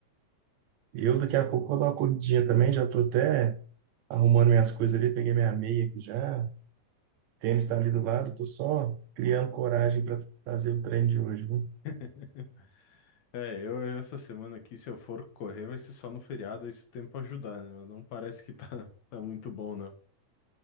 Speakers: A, on the right (about 75°); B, on the left (about 65°).
A: Eu daqui a pouco vou dar uma corridinha também, já tô até arrumando minhas coisas ali, peguei minha meia aqui já. tênis está ali do lado, tô só criando coragem para fazer o treino de hoje, viu?
B: <laughs> É, eu, eu essa semana aqui, se eu for correr, vai ser só no feriado, aí se o tempo ajudar, né? Mas não parece que tá, <laughs> tá muito bom, não.